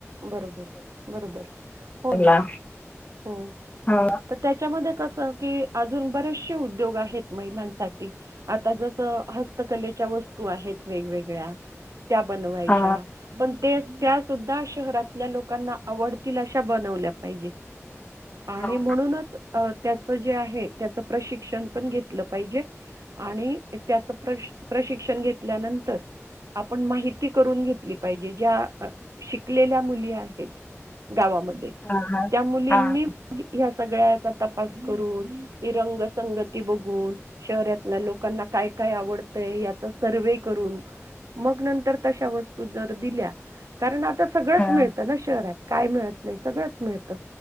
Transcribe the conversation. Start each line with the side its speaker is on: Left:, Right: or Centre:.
Right: बरोबर बरोबर
Left: त्यांना.
Right: हो ना हो
Left: हा.
Right: तर त्याच्यामध्ये कस की अजून बरेचसे उद्योग आहेत महिलांसाठी आता जस हस्तकलेच्या वस्तू आहेत वेगवेगळ्या त्या बनवायच्या
Left: हा
Right: पण तेच त्या सुद्धा शहरातल्या लोकांना आवडतील अशा बनवल्या पाहिजे. आणि
Left: हो
Right: म्हणूनच
Left: ना.
Right: अ त्याचं जे आहे त्याच प्रशिक्षण पण घेतलं पाहिजे आणि त्याच प्रश प्रशिक्षण घेतल्यानंतर आपण माहिती करून घेतली पाहिजे. ज्या शिकलेल्या मुली आहेत. गावामध्ये
Left: हा हा.
Right: त्या मुलींनी
Left: हा.
Right: ह्या सगळ्याचा तपास करून ती रंगसंगती बघून शहरातल्या लोकांना काय काय आवडतय याचा सर्व्हे करून मग नंतर तशा वस्तू जर दिल्या <unintelligible> सगळंच
Left: हा.
Right: मिळतं ना शहरात. काय मिळत नाही सगळंच मिळत